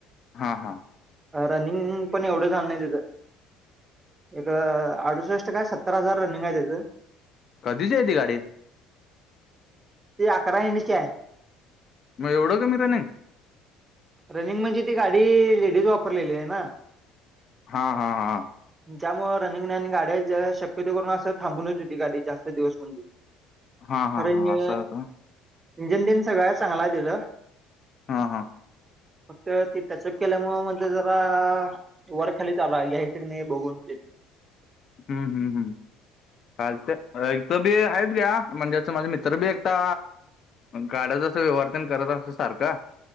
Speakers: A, on the left; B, on the right.
A: हा हा
B: रनिंग पण एवढं झालं नाही तिजं. एक अडुसष्ट काय सत्तर हजार रनिंग हाय त्यजं.
A: कधीची हाय ती गाडी?
B: ती अकरा एंडची हाय.
A: मग एवढं कमी रनिंग.
B: रनींग म्हणजे ती गाडी लेडीज वापरलेली आहे ना.
A: हा हा हा.
B: त्यामुळं रनिंग नाही आणि गाड्या ज शक्यतो करून असं थांबूनच हुती गाडी जास्त दिवस म्हणजे
A: हा हा
B: खरंजे
A: हा असं आहे का
B: इंजन तिन सगळं चांगलं हाय तिचं.
A: हा हा.
B: फक्त ती तसं केल्यामुळं म ते जरा वर खाली चालू हाय घ्याय च नाही बघून ते.
A: हम्म हम्म हम्म. चालते, अ हिथं बी आहेत घ्या, म्हणजे असं माझं मित्र बी एकटा गाड्याचं असं व्यवहार तन करत असतय सारखं